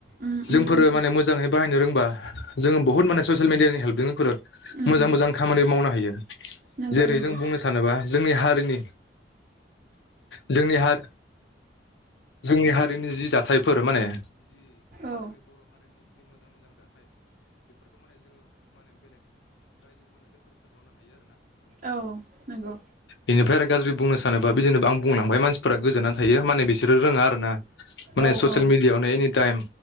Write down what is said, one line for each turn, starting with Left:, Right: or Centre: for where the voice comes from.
Right: उम
Left: जोंफोर
Right: उम उम
Left: माने मोजांहै बाहायनो रों बा जोङो बुहत माने ससियेल मिडियानि हेल्पजों
Right: उम
Left: मोजां मोजां खामानि मावनो हायो।
Right: नंगौ
Left: जेरै
Right: नंगौ
Left: जों बुंनो सानोबा जोंनि हारिनि जोंनि हा जोंनि हारिनि जि जाथायफोर माने
Right: औ औ नंगौ
Left: बेनिफ्राय गाज्रि बुंनो सानोबा बिदि होननोबो आं बुंलांबाय मानसिफोरा गोजावनानै थायो माने बेस बिसोरो रोङा आरो ना माने
Right: औ
Left: ससियेल
Right: औ
Left: मिडियाआवनो एनि टाइम